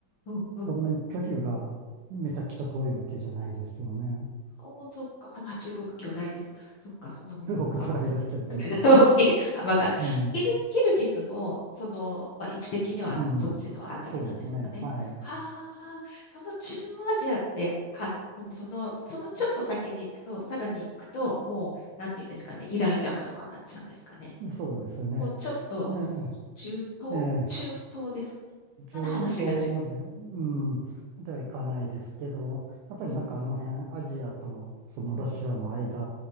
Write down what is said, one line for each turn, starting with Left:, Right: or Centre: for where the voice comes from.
Left: うん、うん。
Right: そんなに距離がめちゃくちゃ遠いわけじゃないですよね。
Left: おお、そっか。あの、中国巨大ですけど、そっか、その向こう側。
Right: 中国巨大ですけどね。
Left: <laughs> 大きい幅がある。
Right: うん、
Left: キル、キルギスも、その、まあ、位置的にはそっちのあたりなんですかね。
Right: うん。そうですね。はい。
Left: はあ、はあはあ、その中央アジアって、あ、でもその、そのちょっと先に行くと、さらに行くと、もう、なんていうんですかね、イラン、イラクとかになっちゃうんですかね。
Right: そうですよね。
Left: もうちょっと、
Right: ね
Left: 中東中東ですかね。
Right: え、ええ中東まで、
Left: まだ話が違う。
Right: うん、までは行かないですけど、やっぱりなんかあの辺、
Left: うん、うん、
Right: アジアとそのロシアの間
Left: うん。うん